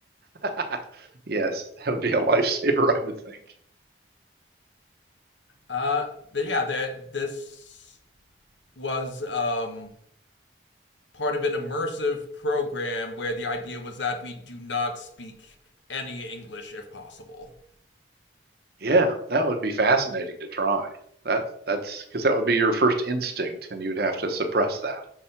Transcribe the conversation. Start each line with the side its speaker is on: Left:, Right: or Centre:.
Right: <laughs> Yes, that would be a <laughs> lifesaver, I would think.
Left: Uh, but yeah, that this was um, part of an immersive program where the idea was that we do not speak any English if possible.
Right: Yeah, that would be fascinating to try. That that's because that would be your first instinct and you'd have to suppress that.